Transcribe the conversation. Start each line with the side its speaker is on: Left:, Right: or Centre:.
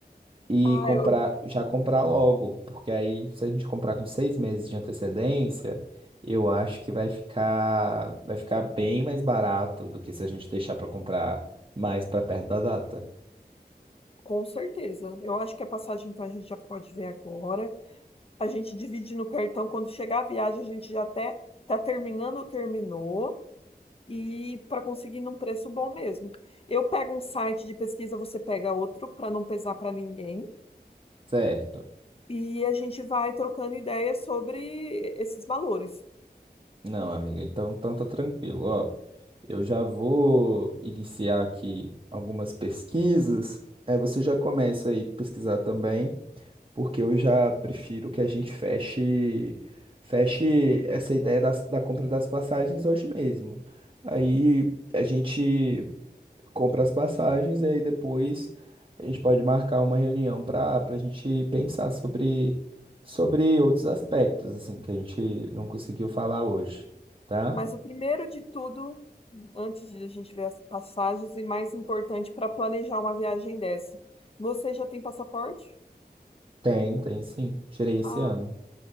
Right: e
Left: Ah,
Right: comprar,
Left: eu,
Right: já comprar logo, porque aí, se a gente comprar com seis meses de antecedência, eu acho que vai ficar, vai ficar bem mais barato do que se a gente deixar para comprar mais para perto da data,
Left: com certeza. Eu acho que a passagem então a gente já pode ver agora. A gente divide no cartão. Quando chegar a viagem, a gente já até tá terminando ou terminou. E para conseguir num preço bom mesmo. Eu pego um site de pesquisa, você pega outro para não pesar para ninguém.
Right: certo?
Left: E a gente vai trocando ideias sobre esses valores.
Right: Não, amiga, então, então tá tranquilo. Ó, eu já vou iniciar aqui algumas pesquisas. É, você já começa aí pesquisar também, porque eu já prefiro que a gente feche feche essa ideia das- da compra das passagens hoje mesmo. Aí a gente compra as passagens e aí depois a gente pode marcar uma reunião para para a gente pensar sobre, sobre outros aspectos, assim, que a gente não conseguiu falar hoje, tá?
Left: Mas o primeiro de tudo, antes de a gente ver as passagens, e mais importante para planejar uma viagem dessa. Você já tem passaporte?
Right: Tem, tem sim. Tirei esse
Left: Ah,
Right: ano.